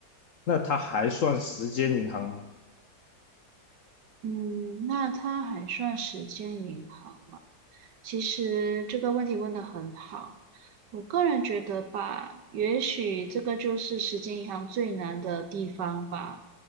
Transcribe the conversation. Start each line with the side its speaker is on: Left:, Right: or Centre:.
Left: 那它还算时间银行吗？
Right: 嗯，那他还算时间银行吗？其实这个问题问得很好，我个人觉得吧，也许这个就是时间银行最难的地方吧，